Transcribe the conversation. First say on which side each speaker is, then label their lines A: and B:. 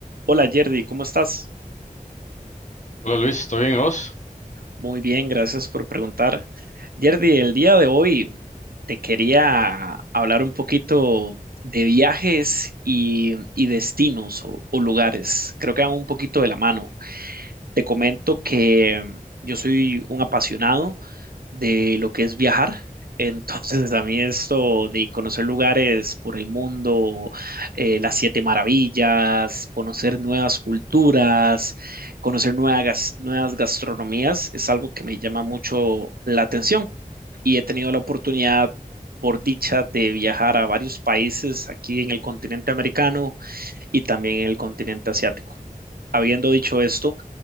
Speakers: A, on the right; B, on the left.
A: Hola Yerdy, ¿cómo estás?
B: Hola Luis, ¿todo bien y vos?
A: Muy bien, gracias por preguntar. Yerdy, el día de hoy te quería hablar un poquito de viajes y, y destinos o, o lugares. Creo que van un poquito de la mano. Te comento que yo soy un apasionado de lo que es viajar. <laughs> Entonces, a mí esto de conocer lugares por el mundo, eh, las siete maravillas, conocer nuevas culturas, conocer nuevas, gas- nuevas gastronomías, es algo que me llama mucho la atención. Y he tenido la oportunidad, por dicha, de viajar a varios países aquí en el continente americano y también en el continente asiático. Habiendo dicho esto,